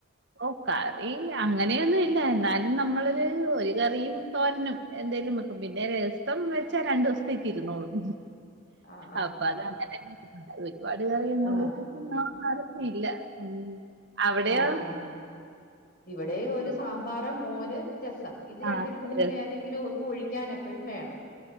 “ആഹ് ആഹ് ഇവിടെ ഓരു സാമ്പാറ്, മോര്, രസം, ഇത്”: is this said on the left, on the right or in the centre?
Left